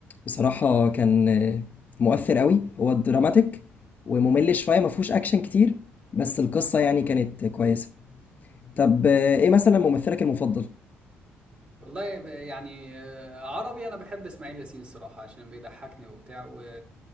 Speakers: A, on the left; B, on the right.
A: بصراحه كان آه، مؤثر قوي هو دراماتيك وممل شويه ما فيهوش اكشن كتير بس القصه يعني كانت كويسه طب آه، ايه مثلا ممثلك المفضل
B: والله ب- يعني آه، عربي انا بحب اسماعيل ياسين الصراحه عشان بيضحكني وبتاع و...